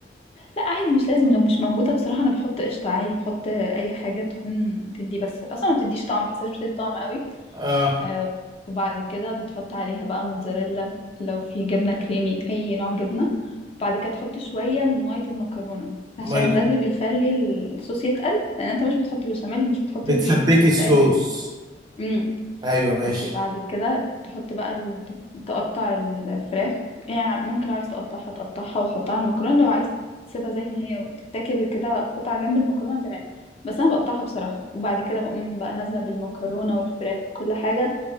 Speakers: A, on the left; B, on the right.
A: لا عادي مش لازم لو مش موجودة بصراحة أنا بحط قشطة عادي بحط أي حاجة تكون تدي بس أصلا ما بتديش طعم بحسهاش بتدي طعم قوي
B: اه
A: آه وبعد كده بتحط عليها بقى موتزاريلا لو في جبنة كريمي أي نوع جبنة وبعد كده تحط شوية من مية المكرونة
B: ما
A: عشان
B: يت-
A: ده اللي بيخلي الصوص يتقل لأن أنت مش بتحط بشاميل مش بتحط
B: بتسبكي
A: دقيق مش بتحط
B: الصوص
A: أي حاجة مم.
B: ايوه ماشي
A: بس وبعد كده تحط بقى ال... تقطع الفراخ يعني ممكن لو عايز تقطعها تقطعها وتحطها على المكرونة لو عايز تسيبها زي ما هي وتتاكل كده قطعة جنب المكرونة تمام بس أنا بقطعها بصراحة وبعد كده بقوم بقى نازلة بالمكرونة والفراخ وكل حاجة